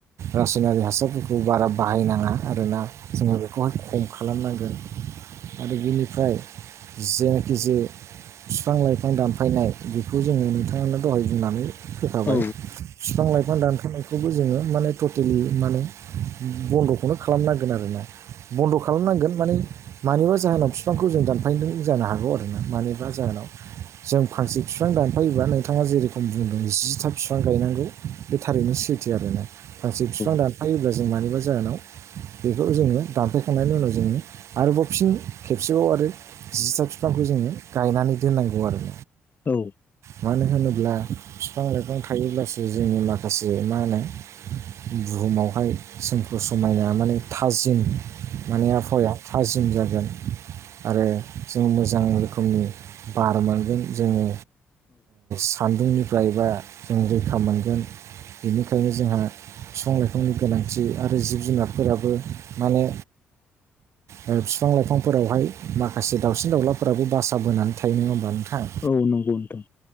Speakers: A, on the right; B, on the left.
A: रासयनारि हासारफोरखौ बारा बाहायनाङा आरोना जोङो बेखौहाय खम खालामनांगौ। आरो बिनिफ्राय जेनाखि जे फिफां लाइफां दानफायनाय बेखौ जोङो नोंथाङानो दहाय बुंनानै फैखाबाय
B: औ
A: फिफां लाइफां दानफायनायखौबो जोङो माने टटेलि माने बन्द'खौनो खालामनांगोन आरोना बन्द' खालामनांगोन माने मानिबा जाहोनाव बिफांखौ जों दानफायदों जानो हागौ आरो ना मानिबा जाहोनाव जों फांसे बिफां दानफायोबा नोंथाङा जेरेखम बुंदों जिथा बििफां गायनांगौ बे थारैनो सैथो आरोना माखासे बिफां
B: औ
A: दानफायोब्ला जों मानिबा जाहोनाव बेखौ जोङो दानफायखांनायनि उनाव जोङो आरोबाव फिन खेबसेबाव आरो जिथा बिफांखौ जोङो गायनानै दोननांगौ आरो
B: औ
A: मानो होनोब्ला बिफां लाइफां थायोब्लासो जोंनि माखासे मा होनो बुहुमावहाय सोमख समायना माने थाजिम माने आबहावाया थाजिम जागोन आरो जों मोजां रोखोमनि बार मोनगोन जोङो सान्दुंनिफ्रायबा जों रैखा मोनगोन बेनिखायनो जोंहा बिफां लाइफांनि गोनांथि आरो जिब जुनारफोराबो माने बिफां लाइफांफोरावहाय माखासे दाउसिन दाउलाफोराबो बा बोनानै थायो नङा होमबा नोंथाङा
B: औ नंगौ नोंथां